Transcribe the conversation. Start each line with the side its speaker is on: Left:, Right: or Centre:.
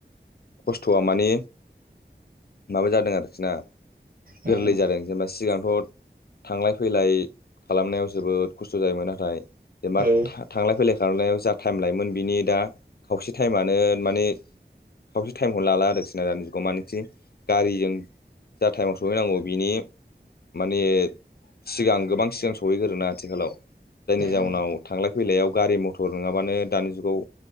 Left: खस्थ'आ मानि माबा जादों आरोखि ना
Right: उम
Left: गोरलै जादों जेनेबा सिगांथ' थांलाय फैलाय खालामनायाव जोबोद खस्थ' जायोमोन नाथाय जेनेबा
Right: औ
Left: थांलाय फैलाय खालामनायाव जा टाइम लायोमोन बिनि दा खावसे टाइमानो माने खावसे टाइमखौनो लाला आरो खिना दानि जुगाव मानोखि गारिजों जा टाइमाव सहैनांगौ बिनि माने सिगां गोबां सिगां सहैगोरोना आथिखालाव जायनि
Right: उम
Left: जाउनाव थांलाय फैलायाव गारि मथर नङाबानो दानि जुगाव